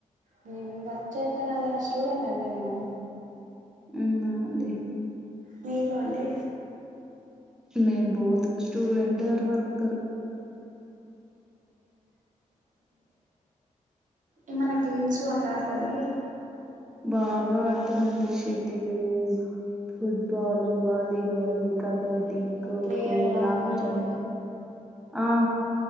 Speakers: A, on the right; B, in the centre.
A: మేము వర్క్ చేయట్లేదండి స్టూడెంట్ అండి మేము
B: ఉమ్ ఔ అండి
A: మీకు అండి
B: మేం బోత్ స్టూడెట్ టర్ వర్కర్
A: ఏమన్నా గేమ్స్ ఆట్లాడతారా మీరు
B: బాగా ఆడుతానండి షటిలు ఫుడ్ బాలు వాలీబాలు కబడ్డ్
A: అంటే
B: డ్డీ
A: ఏమన్నా
B: ఖోఖో
A: ప్లేయర్ అలా
B: లాంగ్
A: ఉన్నారా
B: జంప్ ఆ